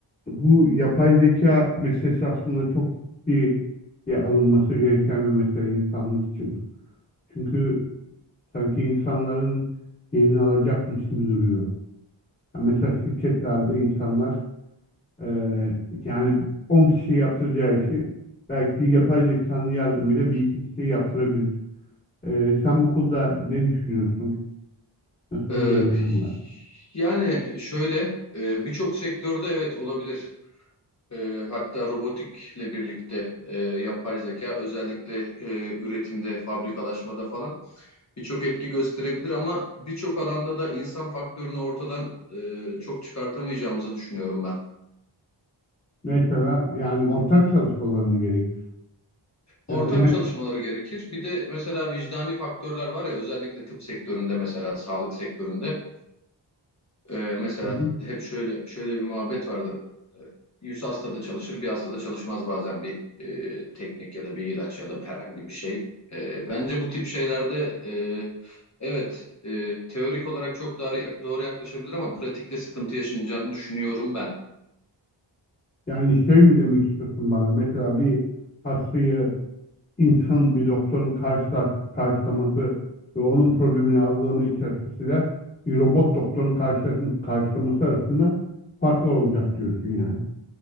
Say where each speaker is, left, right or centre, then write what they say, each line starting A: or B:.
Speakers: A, on the left; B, on the left.
A: Bu yapay zeka meselesi aslında çok ciddiye alınması gereken bir mesele insanlık için. Çünkü sanki insanların yerini alacakmış gibi duruyor. Ya mesela şirketlerde insanlar eee, yani 10 kişi yaptıracağı işi belki de yapay zekanın yardımıyla bir iki kişi yaptırabilir. Eee, sen bu konuda ne düşünüyorsun? Nasıl
B: Ee,
A: bir gözlemin var?
B: yani şöyle e, birçok sektörde evet olabilir. Ee, hatta robotikle birlikte e, yapay zeka özellikle e, üretimde, fabrikalaşmada falan birçok etki gösterebilir ama birçok alanda da insan faktörünü ortadan e, çok çıkartamayacağımızı düşünüyorum ben.
A: Mesela yani ortak çalışmaları mı gerekir? Yani,
B: Ortak çalışmaları gerekir. Bir de mesela vicdani faktörler var ya özellikle tıp sektöründe mesela sağlık sektöründe. Ee, mesela
A: yani-
B: hep şöyle şöyle bir muhabbet vardır. Ee, 100 hastada çalışır, bir hastada çalışmaz bazen bir e, teknik ya da bir ilaç ya da herhangi bir şey. Ee, bence bu tip şeylerde e, evet e, teorik olarak çok doğru, doğru yaklaşabilir ama pratikte sıkıntı yaşanacağını düşünüyorum ben.
A: Yani şey mi demek istiyorsun bana? Mesela bir hastayı insan bir doktorun karşıla- karşılaması ve onun problemini algılamaya çalışmasıyla bir robot doktorun karşılaşma- karşılaması arasında farklar olacak diyorsun yani.